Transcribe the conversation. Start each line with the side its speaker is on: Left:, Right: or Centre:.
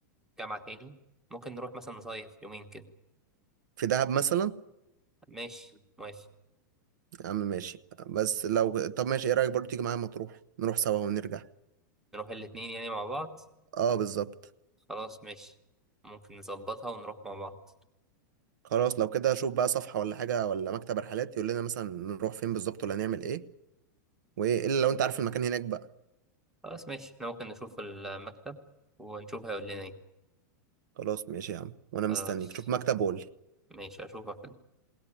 Centre: جامعة تاني ممكن نروح مثلا نصيف يومين كده
Right: في دهب مثلا
Centre: ماشي ماشي
Right: يا عم ماشي بس لو طب ماشي ايه رايك برضو تيجي معايا مطروح نروح سوا ونرجع
Centre: نروح الاتنين يعني مع بعض
Right: اه بالظبط
Centre: خلاص ماشي ممكن نظبطها ونروح مع بعض
Right: خلاص لو كده اشوف بقى صفحه ولا حاجه ولا مكتب رحلات يقول لنا مثلا نروح فين بالظبط ولا نعمل ايه وايه الا لو انت عارف المكان هناك بقى
Centre: خلاص ماشي احنا ممكن نشوف المكتب ونشوف هيقول لنا ايه
Right: خلاص ماشي يا عم وانا مستنيك
Centre: خلاص
Right: شوف مكتب وقول لي
Centre: ماشي اشوفك